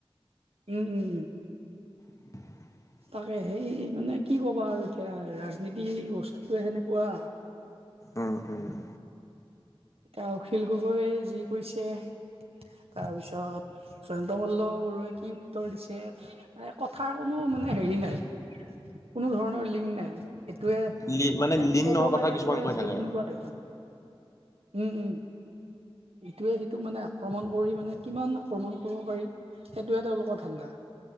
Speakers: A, on the right (about 80°); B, on the left (about 30°).
A: উমঁ উমঁ!
B: <inaudible>
A: তাকে সেই মানে কি ক'বা আৰু এতিয়া ৰাজনীতি বস্তুতোয়ে সেনেকুৱা
B: উমঁ উমঁ!
A: এতিয়া অখিল গগৈয়ে যি কৰিছে তাৰপিছত জয়ন্ত মল্ল বৰুৱাই কি উত্তৰ দিছে ম কথাৰ কোনো মানে হেৰি নাই কোনো ধৰণৰ লিংক নাই সেইটোৱে
B: লি মানে
A: তে
B: লিংক
A: ক'ব
B: নোহোৱা কথা
A: লাগে
B: কিছুমান
A: কৈ আছে
B: থাকে।
A: সেনেকুৱা দেখোন উমঁ উমঁ ইটোৱে সিটোক মানে আক্ৰমণ কৰি মানে কিমান আক্ৰমণ কৰিব পাৰি সেইটোহে তেওঁলোকৰ ঠাণ্ডা